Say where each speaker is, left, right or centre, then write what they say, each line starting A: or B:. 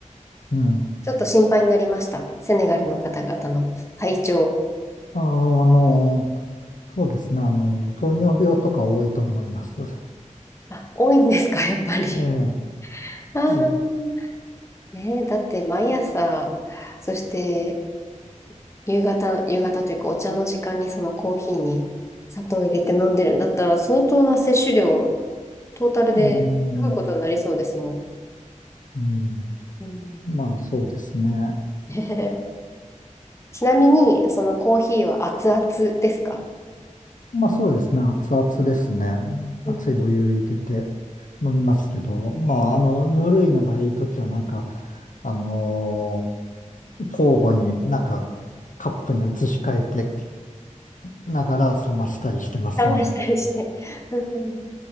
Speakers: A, on the left; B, on the left.
A: うん。
B: ちょっと心配になりました。セネガルの方々の体調。
A: あーあのそうですね。あの、糖尿病とか多いと思います。
B: あ、多いんですか、<laughs> やっぱり。
A: <laughs> ええ、
B: ああ、
A: ええ、
B: ねえ、だって毎朝、そして夕方、夕方というかお茶の時間にそのコーヒーに砂糖を入れて飲んでるんだったら相当な摂取量、トータルですごいことになりそうですもん。
A: うん、うん。
B: うん
A: まあ、そうですね。
B: ね <laughs> ちなみに、そのコーヒーは熱々ですか
A: まあ、そうですね。熱々ですね。
B: うん
A: 熱いお湯入れて飲みますけど、まあ、あの、ぬるいのがいいときは、なんか、あのー交互になんか、カップに移し替えてながら冷ましたりしてますね。
B: 冷ましたりして。うん